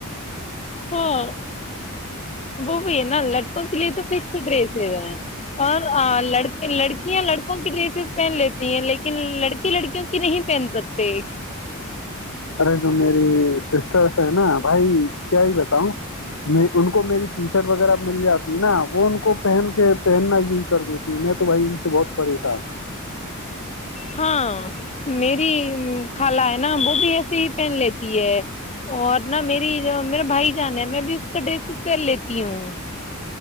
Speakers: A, on the left; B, on the left.
A: ہاں وہ نا لڑکوں کے لیے تو فکس ڈریسز ہیں اور لڑکیاں لڑکوں کی ڈریسز پہن لیتی ہیں لیکن لڑ لڑکیوں کی نہیں پہن سک پہ
B: ارے جو میری سسٹرس ہیں نا بھائی کیا ہی بتاؤں میں ان کو میری ٹی شرٹ وغیرہ مل جاتی ہے نہ وہ ان کو پہن کے پہننا یوز کر دیتی میں تو بھائی ان سے بہت پریشان ہوں
A: ہاں میری خالہ ہے نہ وہ بھی ایسے ہی پہن لیتی ہے اور نہ میری جو میرا بھائی جان ہے میں بھی اس کا ڈریس ہی پہن لیتی ہوں